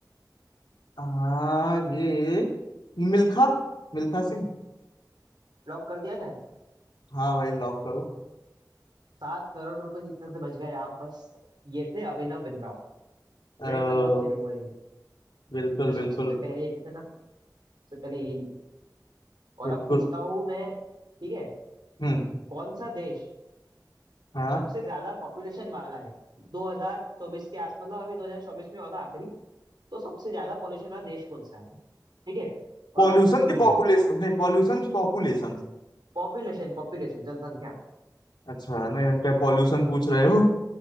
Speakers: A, on the left (about 80°); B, on the right (about 80°).
A: आ, ये मिल्खा मिल्खा सिंह
B: लॉक कर दिया जाए
A: हाँ भाई लॉक करो
B: सात करोड़ रुपए जितने से बच गए आप बस ये थे अभिनव बिंद्रा अपडेट
A: अ,
B: कर लो अपनी मेमोरी में
A: बिल्कुल
B: जो सबसे
A: बिल्कुल
B: पहले जीते थे ना सबसे पहले यही जीते और
A: बिल्कुल
B: अब पूछता हूँ मैं ठीक है
A: हम्म
B: कौन सा देश
A: हाँ
B: सबसे ज्यादा पॉपुलेशन वाला है 2024 के आस मतलब अभी 2024 में हुआ था आखिरी तो सबसे ज्यादा पॉपुलेशन वाला देश कौन सा है ठीक है और
A: पॉल्यूशन
B: ऑप्शन सुनिए
A: की पॉपुलेशन नहीं पॉल्यूशन की पॉपुलेशन
B: पॉपुलेशन पॉपुलेशन जनसंख्या
A: अच्छा नहीं हम क्या पॉल्यूशन पूछ रहे हो